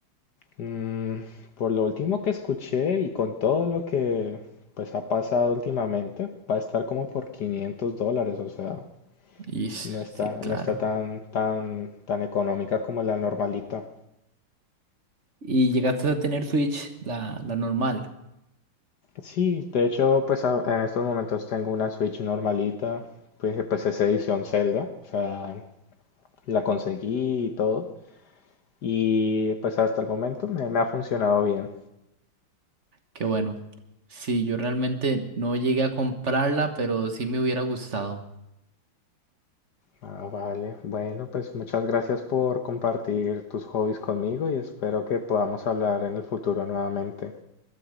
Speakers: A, on the left; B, on the right.
A: Mm, por lo último que escuché y con todo lo que pues ha pasado últimamente, va a estar como por 500 dólares, o sea,
B: Ish,
A: no está,
B: sí, claro.
A: no está tan, tan, tan económica como la normalita.
B: ¿Y llegaste a tener Switch, la, la normal?
A: Sí, de hecho, pues a- en estos momentos tengo una Switch normalita, pues, eh, pues es edición Zelda, o sea, la conseguí y todo, y pues hasta el momento me, me ha funcionado bien.
B: Qué bueno. Sí, yo realmente no llegué a comprarla, pero sí me hubiera gustado.
A: Ah, vale, bueno, pues muchas gracias por compartir tus hobbies conmigo y espero que podamos hablar en el futuro nuevamente.